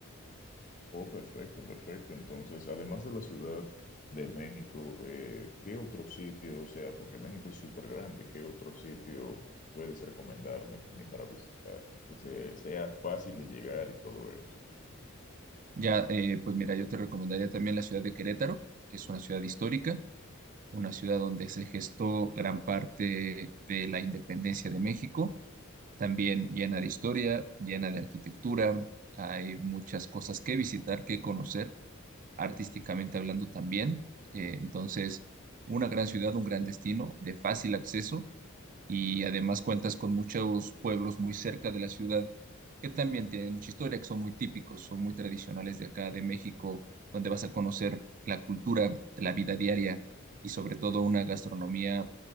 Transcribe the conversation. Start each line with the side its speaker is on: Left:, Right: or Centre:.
Left: Oh, perfecto, perfecto. Entonces, además de la Ciudad de México, eh, ¿qué otro sitio, o sea, porque México es súper grande, ¿qué otro sitio puedes recomendarme también para visitar? Que se- sea fácil de llegar y todo eso.
Right: Ya, eh, pues mira, yo te recomendaría también la ciudad de Querétaro, es una ciudad histórica una ciudad donde se gestó gran parte de la independencia de México, también llena de historia, llena de arquitectura, hay muchas cosas que visitar, que conocer artísticamente hablando también. Eh, entonces, una gran ciudad, un gran destino de fácil acceso y además cuentas con muchos pueblos muy cerca de la ciudad que también tienen mucha historia, que son muy típicos, son muy tradicionales de acá, de México, donde vas a conocer la cultura, la vida diaria y sobre todo una gastronomía